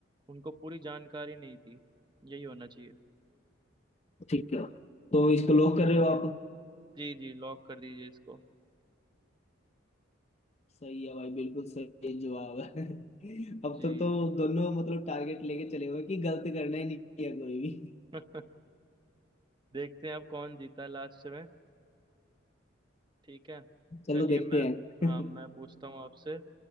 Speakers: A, on the right; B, on the left.
A: उनको पूरी जानकारी नहीं थी यही होना चाहिए
B: ठीक है तो इसको लॉक कर रहे हो आप
A: जी जी लॉक कर दीजिए इसको
B: सही है भाई बिल्कुल सही जवाब है <laughs> अब
A: जी
B: तक तो दोनों मतलब टारगेट लेके चले हुए कि गलत करना ही नहीं है कोई भी
A: <laughs> देखते हैं अब कौन जीता है लास्ट में ठीक है
B: चलो
A: चलिए
B: देखते
A: मैं
B: हैं
A: हाँ मैं पूछता हूँ आपसे